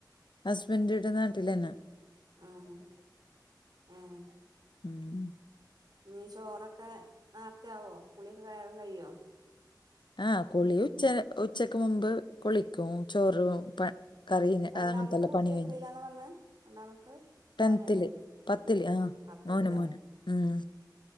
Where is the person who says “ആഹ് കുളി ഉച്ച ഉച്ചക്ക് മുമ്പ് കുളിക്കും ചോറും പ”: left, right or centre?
Left